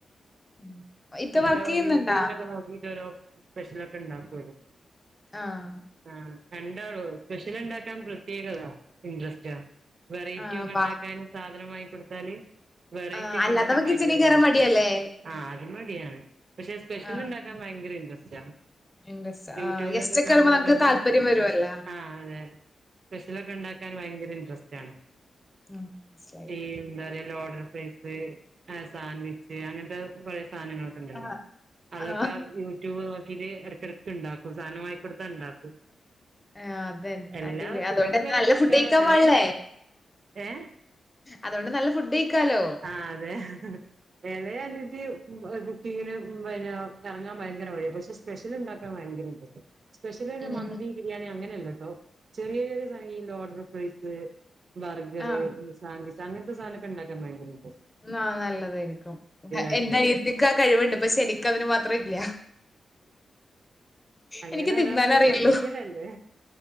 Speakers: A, on the left; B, on the right.
A: ഉം. ഇത്ത
B: അല്ലല്ലോ
A: വർക്ക് ചെയ്യുന്നുണ്ടാ?
B: യൂട്യൂബിലൊക്കെ നോക്കിട്ടോഓരോ സ്പെഷ്യലൊക്കെ ഇണ്ടാക്കൂല്ലോ
A: ആഹ്
B: ആ രണ്ടളു സ്പെഷ്യൽ ഉണ്ടാക്കാൻ പ്രത്യേകത ഇൻ്രസ്റ്റ് വെറൈ
A: ആ,
B: ടി ഒക്കെ
A: വാ!
B: ഉണ്ടാക്കാനും സാധന വാങ്ങി കൊടുത്താല് വെറൈറ്റി
A: ആ,
B: ഒക്കെ
A: അല്ലാത്തപ്പോ
B: ഉണ്ടാക്കാൻ ഭയങ്കര
A: കിച്ചണിൽ കേറാൻ
B: ഇൻട്രസ്റ്റ്
A: മടിയാല്ലേ?
B: ആ അതു മതിയാണ് പക്ഷെ സ്പെഷ്യൽണ്ടാക്ക
A: ആ,
B: ക്കാൻ ഭയങ്കര ഇൻട്രസ്റ്റ്
A: ഇൻട്രസ്റ്റ്.
B: യൂട്യൂബിലൊക്കെ
A: ആ, ഗസ്റ്റ് ഒക്കെ
B: കാണുന്നപൊലൊന്ന്
A: വരുമ്പോ നമുക്ക് താല്പര്യം വരുവല്ലോ.
B: ആഹ് അതെ സ്പെഷ്യലൊക്കെ ഉണ്ടാക്കാൻ ഭയങ്കര ഇൻട്രസ്റ്റ് ആണ്
A: ആഹ് ഇൻട്രസ്റ്റ്
B: ഈ എന്താ പറയ ലോഡൽ ഫ്രൈസ് സാൻഡ്വിച്ച് അങ്ങനത്തെ പഴയ സാധനങ്ങളൊക്കെ ഒണ്ടല്ലോ
A: ആ,
B: അതൊക്കെ
A: ആ.
B: യൂട്യൂബ് നോക്കിട്ട് ഇടക്കിടക്ക് ഉണ്ടാക്കും സാധനം വാങ്ങിക്കൊടുത്താ ഉണ്ടാക്കും
A: ആ, അതന്നെ.
B: എല്ലാതെ
A: അടിപൊളി.
B: ചോറും
A: അതുകൊണ്ട് എന്താ
B: കറിയും
A: നല്ല
B: ഒക്കെ
A: ഫുഡ് കഴിക്കാൻ
B: വെക്ക ഇളയാലി
A: പാടില്ലേ?
B: ഏഹ്
A: അതുകൊണ്ട് നല്ല ഫുഡ് കഴിക്കാലോ.
B: ആഹ് അതെ ഇളയ അനിയത്തി കുക്കിങ്ങിന് പിന്നെ ഇറങ്ങാൻ ഭയങ്കര മടിയ പക്ഷെ സ്പെഷ്യൽ ഉണ്ടാക്കാൻ ഭയങ്കര ഇൻ ട്രസ്റ്റാ സ്പെഷ്യലൊരു
A: ഉം.
B: മന്തി ബിരിയാണി അങ്ങനെയല്ലട്ടോ ചെറിയോരു സംഖ്യ ഈ ലോർഡർ ഫ്രൈസ് ബർഗറ്
A: ആ,
B: സാൻവിച്ച് അങ്ങനത്തെ സാധനൊക്കെ ഉണ്ടാക്കാൻ ഭയങ്കര ഇ
A: ആ നല്ലതായിരിക്കും
B: ആൾക്ക്
A: എന്റെനീത്തക്ക് ആ കഴിവുണ്ട് പക്ഷെ എനിക്കതിന് മാത്രം ഇല്ല
B: അങ്ങനെ
A: എനിക്ക്
B: വരാന്നങ്ങ്
A: തിന്നാനറിയുള്ളൂ.
B: പഠിക്കലല്ലേ